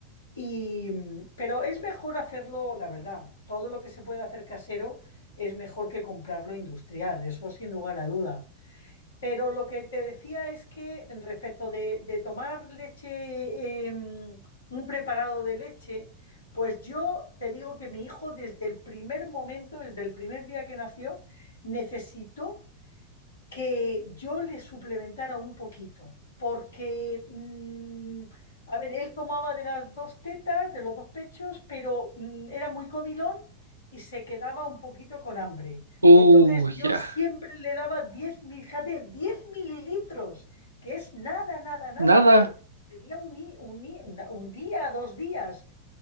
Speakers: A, on the left (about 65°); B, on the right (about 80°).
A: y, pero es mejor hacerlo, la verdad, todo lo que se puede hacer casero es mejor que comprarlo industrial, eso sin lugar a duda. Pero lo que te decía es que respecto de, de tomar leche, eh, un preparado de leche, pues yo te digo que mi hijo desde el primer momento, desde el primer día que nació, necesitó que yo le suplementara un poquito, porque, mm, a ver, él tomaba de las dos tetas, de los dos pechos, pero mm, era muy comilón y se quedaba un poquito con hambre.
B: Uy,
A: Entonces yo
B: ya.
A: siempre le daba diez mil- fíjate, 10 mililitros, que es nada, nada, nada,
B: Nada.
A: porque tenía un, i- un i- una- un día, dos días.